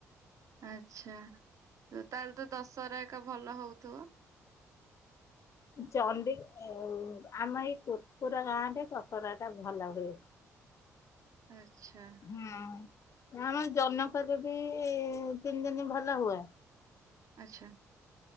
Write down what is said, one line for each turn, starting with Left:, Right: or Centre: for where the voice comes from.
Right: ଆଚ୍ଛା। ତାହେଲେ ତ ଦଶହରା ଏକା ଭଲ ହଉଥିବ?
Left: ଚଣ୍ଡି ଆଉ ଆମ ଏଇ କୋତପୁରା ଗାଁରେ ଦଶରାଟା ଭଲ ହୁଏ।
Right: ଆଚ୍ଛା।
Left: ହଁ ଆମ ଜନକରେ ବି ତିନି ଦିନ ଭଲ ହୁଏ।
Right: ଆଚ୍ଛା।